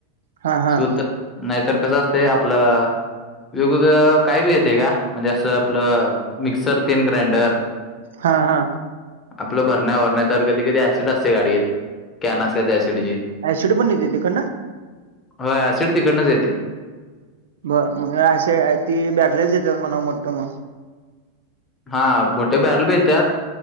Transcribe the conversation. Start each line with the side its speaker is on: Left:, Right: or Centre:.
Right: हा हा
Left: सुूत नाहीतर कसं असते आपलं वेगवेगळं काय बी येते का म्हणजे असं आपलं मिक्सर तेन ग्राइंडर
Right: हा हा
Left: आपलं भरण्या भरण्या तर कधी कधी ऍसिड असते गाडीत कॅन असते ऍसिडची
Right: आ सुडी पणेत तिक ना
Left: हो सिडती कडनच येते
Right: बर मग अे ती ब्यारलेच येतात मणा वाटतं मग
Left: हा बोठे बॅरल भीेतात